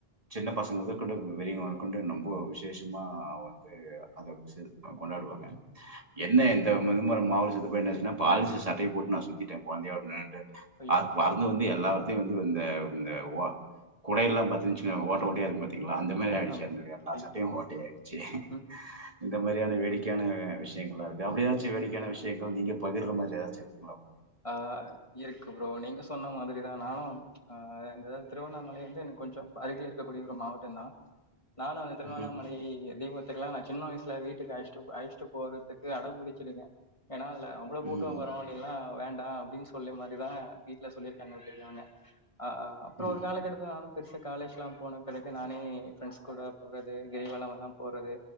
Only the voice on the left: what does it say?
ஐயோ
ஐயோ
பா
ம்
ஆமா
ஐயோ
ஆ
ம்
ஆ இருக்கு ப்ரோ நீங்க சொன்ன மாதிரி இதுதா நானு ஆ இந்த ஏதாவது திருவண்ணாமலை வந்து எனக்கு கொஞ்சோ அருகில இருக்கக்கூடிய ஒரு மாவட்டந்தா நானு அந்த திருவண்ணாமலை
தீபத்துக்கெல்லா நா சும் சின்ன வயசுல வீட்டுக்கு அழச்சிட்டு அழச்சிட்டு போறதுக்கு அடம் பிடிச்சிருக்கே ஏன்னா அதுல அவ்ள கூட்டோ
வரு நீ எல்லா வேண்டா அப்டின்னு சொல்லி மாரிதா வீட்ல சொல்லியிருக்காங்க பெரியவங்க ஆ ஆ அப்பறோ
ஒரு காலக்கட்டத்துல நானு பெருசா காலேஜ்ல்லா போன பிறகு நானே ஃப்ரெண்ட்ஸ் கூட போறது கிரிவலம் எல்லா போறது